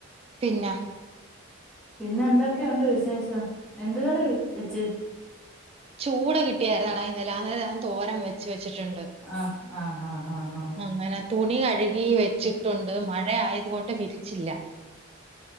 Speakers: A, on the right; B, in the centre.
A: പിന്നെ
B: പിന്നെ എന്തൊക്കെയുണ്ട് വിശേഷം എന്ത് കറി വെച്ച്
A: ചൂട കിട്ടിയായിരുന്നുടാ ഇന്നലെ അന്നെരം ഞാൻ തോരം വെച്ച് വെച്ചിട്ടുണ്ട്
B: ആഹ് ആഹ് ആഹ് ആഹ് ആഹ്
A: അങ്ങനെ തുണി കഴുകി വെച്ചു ട്ടുണ്ട് മഴ ആയത് കൊണ്ട് വിരിച്ചില്ല